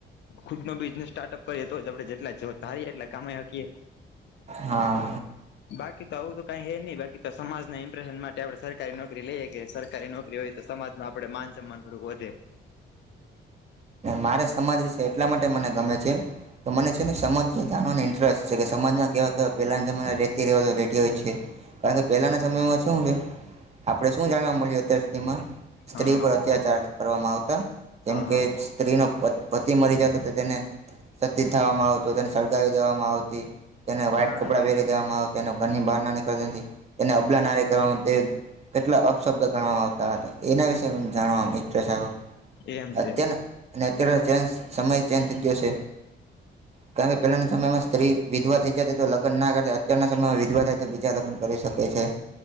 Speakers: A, on the left; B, on the right.
A: ખુદ નો બિઝનેસ સ્ટાર્ટઅપ કરીએ તો જ આપણે જેટલા જ જો ધારી એટલા કમાઈ હકીએ
B: હા
A: બાકી તો આવું તો કઈ હે નહી બાકી તો સમાજના ઇમ્પ્રેશન માટે આપણે સરકારી નોકરી લઈએ કે સરકારી નોકરી હોય તો સમાજમાં આપણુ માન સન્માન થોડુંક વધે
B: મારે સમાજ વિશે એટલા માટે મને ગમે છે. તો મને છે ને સમાજ જાણવાને ઇન્ટરેસ્ટ છે, કે સમાજમાં કેવા કેવા પહેલાના જમાના રીતિ રીવાજો રેડી હોય છે. કારણ કે પહેલાના સમયમાં શું છે, આપણે શું જાણવા મળ્યું અત્યાર સુધીમાં સ્ત્રી
A: હા
B: પર અત્યાચાર કરવામાં આવતા જેમ
A: હા
B: કે
A: હા
B: સ્ત્રીનો પતિ મરી જતા તો તેને સતી થવામાં આવતો તેને સળગાવી દેવામાં આવતી તેને વ્હાઈટ
A: હા
B: કપડાં
A: હા
B: પહેરી દેવામાં આવે તેને ઘરની બહાર ના નીકળતી નથી તેને અબલા નારી કરવાનું તે કેટલા અપશબ્દ ગણવામાં આવતા હતા એના વિશે મને જાણવા ઇન્ટરેસ્ટ આવ્યો
A: એમ
B: અત્યંત
A: છે
B: નેચરલ ચેન્જ સમય ચેન્જ થઈ ગયો છે. કારણ કે પેલાના સમયમાં સ્ત્રી વિધવા થઈ જતી તો લગન ના કરતા અત્યારના સમયમાં વિધવા થાય તો બીજા લગ્ન કરી શકે છે,